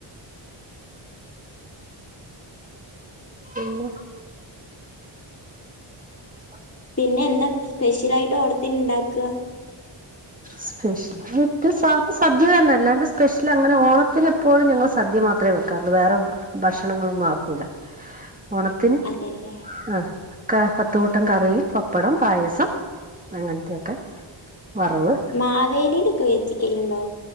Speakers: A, on the right; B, on the left.
A: പിന്നെ <inaudible>
B: പിന്നെ എന്താ സ്പെഷ്യൽ ആയിട്ട് ഓണത്തിന് ഇണ്ടാക്ക ക്ക
A: സ്പെഷ്യൽ എന്നിട്ട് സ സദ്യ തന്നെ അല്ലാണ്ട് സ്പെഷ്യൽ അങ്ങനെ ഓണത്തിന്പ്പോഴും ഞങ്ങള് സദ്യ മാത്രമേ വെക്കാറുള്ളൂ വേറെ ഭക്ഷണങ്ങളൊന്നും ആക്കൂല ഓണത്തിന്
B: അതെല്ലേ
A: ആ ക പത്ത് കൂട്ടം കറിയും പപ്പടം പായസം അങ്ങനത്തെയൊക്കെ വറവ്
B: മാവേലി ലൊക്കെ വെച്ച് വെക്കലുണ്ടോ